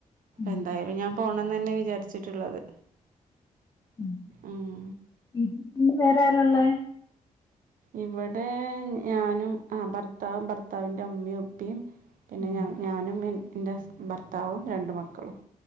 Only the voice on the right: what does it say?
എന്തായാലും ഞാൻ പോണംന്നന്നെ വിചാരിച്ചിട്ട്ള്ളത്
ഉം.
ഇവടെ ഞാനും ആ ഭർത്താവും ഭർത്താവിൻ്റെ ഉമ്മിം ഉപ്പിം പിന്നെ
ഞാനും എന്റെ ഹസ് ഭർത്താവും രണ്ട് മക്കളും